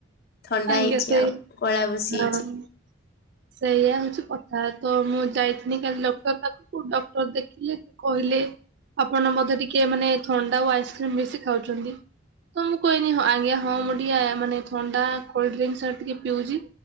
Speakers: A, on the left; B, on the right.
A: ଥଣ୍ଡା
B: ଆଜ୍ଞା
A: ହେଇଛି
B: ସେଇ
A: ଆଉ ଗୋଳା ବସି
B: ହଁ।
A: ଯାଇଛି
B: ସେଇଆ ହଉଛି କଥା ତ ମୁଁ ଯାଇଥିଲି କାଲି ଡକ୍ଟର ପାଖକୁ ଡକ୍ଟର ଦେଖିଲେ କହିଲେ ଆପଣ ବୋଧେ ଟିକେ ମାନେ ଥଣ୍ଡା ଓ ଆଇସ୍କ୍ରିମ ବେଶି ଖାଉଛନ୍ତି। ତ ମୁଁ କହିଲି ଆଜ୍ଞା ହଁ ମୁଁ ଟିକେ ମାନେ ଥଣ୍ଡା କୋଲ୍ଡଡ୍ରିଙ୍କସ ଟିକେ ପିଉଛି।